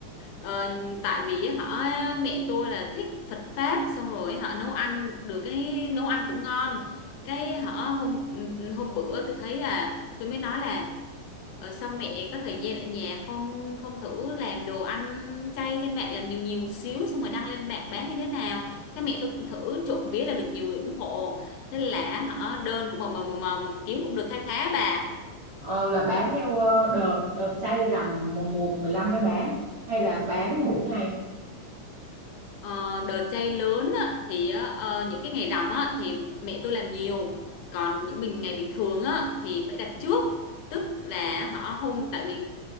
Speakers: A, on the left (about 80°); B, on the right (about 50°).
A: Ờ, tại vì họ mẹ tôi là thích Phật pháp xong rồi họ nấu ăn được cái nấu ăn cũng ngon. Cái họ hôm hôm bữa tôi thấy là tôi mới nói là ờ, sao mẹ có thời gian ở nhà không không thử làm đồ ăn chay trên mạng làm nhiều nhiều một xíu xong rồi đăng lên mạng bán như thế nào. Cái mẹ tôi cũng thử trộm vía là được nhiều người ủng hộ. Thế là họ đơn cũng mầm mầm mầm mầm, kiếm cũng được kha khá bà.
B: ờ, là bán theo ờ, đợt đợt chay rằm mùng một, 15 mới bán hay là bán mỗi ngày
A: Ờ, đợt chay lớn á, thì á, ờ, những cái ngày rằm á, thì mẹ tôi làm nhiều còn những mình ngày bình thường á, thì phải đặt trước tức là họ hôm tại vì